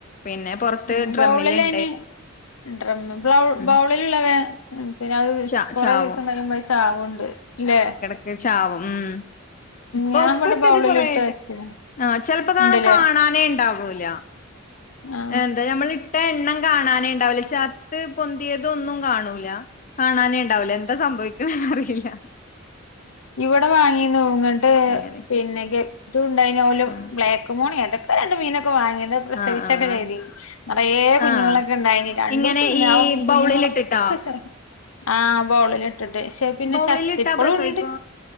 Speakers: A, on the left; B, on the left.
A: പിന്നെ പൊറത്ത്
B: ഉം
A: ഡ്രമ്മിലുണ്ട്
B: ബൗളിലയ്ന് ഉം ഡ്രമ്മ് ബൗ
A: ഉം
B: ബൗള് ള്ല്ള്ളത് വേം പിന്നെ അത്
A: ച
B: കൊറേ
A: ചാവും
B: ദിവസം കഴിയുമ്പോ അത് ചാവ്ണ്ട് ഇല്ലേ
A: വേം ചാവും ഉം ഇപ്പ
B: ഞാൻ
A: ഇപ്പ
B: ഇവിടെ
A: ഇട്ടത്
B: ബൗളിലിട്ട്
A: കൊറേയായിട്ട്
B: വെച്ച്ണ്
A: ആഹ് ചെൽപ്പ കാണ
B: ഇണ്ട്ല്ലേ
A: കാണാനേ ഇണ്ടാവൂല
B: ആഹ്
A: എന്താ ഞമ്മൾ ഇട്ട എണ്ണം കാണാനേ ഇണ്ടാവൂല്ല ചത്ത് പൊന്തിയതൊന്നും കാണൂല കാണാനേ ഇണ്ടാവൂല എന്താ സംഭവിക്ക്ണ് അറിയില്ല
B: ഇവടെ വാങ്ങിന്നു ന്നട്ട്
A: അങ്ങനെയൊക്കെ
B: പിന്നെ ഗ ഇതുണ്ടയ്നി ഓല്
A: ആഹ്
B: ബ്ലാക്ക് മോണി ഏതൊക്കോ രണ്ട് മീനൊക്കെ വാങ്ങി അത്‌ പ്രസവിച്ചൊക്കെ
A: ആഹ് ആഹ് ആഹ്
B: ചെയ്തിനി നിറയെ കുഞ്ഞുങ്ങളൊക്കെ
A: ആഹ്
B: ഇണ്ടായിനി രണ്ടൂസം
A: ഇങ്ങനെ
B: നിന്ന്
A: ഈ
B: ആ
A: ബൗളിലിട്ടിട്ടാ
B: കുഞ്ഞുങ്ങളൊക്കെ ച ആഹ് ആ ബൗളിലിട്ടിട്ട് പക്ഷെ അഹ് പിന്നെ
A: ബൗളിലിട്ടാ
B: ചത്ത് ഇപ്പളും
A: പ്രസവിക്കോ
B: ഉണ്ട്